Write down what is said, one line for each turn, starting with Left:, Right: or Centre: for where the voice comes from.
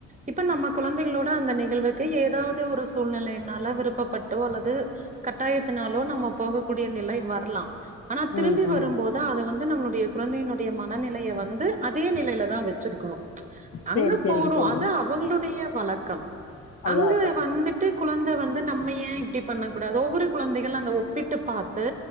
Right: இப்ப நம்ம கொழந்தைகளோட அந்த நிகழ்வுக்கு ஏதாவது ஒரு சூழ்நிலைன்னால விருப்பப்பட்டோ அல்லது கட்டாயத்தினாலோ நம்ம போகக்கூடிய நிலை வர்லா ஆனா திரும்பி
Left: ம் ம்
Right: வரும்போது தா அத வந்து நம்மளுடைய கொழந்தையினுடைய மனநிலையை வந்து அதே நிலையில தா வச்சிருக்கணு
Left: சேரி
Right: அங்க
Left: சேரிங்க
Right: போறோ
Left: தோழி
Right: அது அவுங்ளுடைய வழக்கம்
Left: அதாதா
Right: அங்க வந்துட் டு கொழந்த வந்து நம்ம ஏ இப்டி பண்ணக் கூடாது ஒவ்வொரு கொழந்தைகள் அந்த ஒப்பிட்டு பாத் து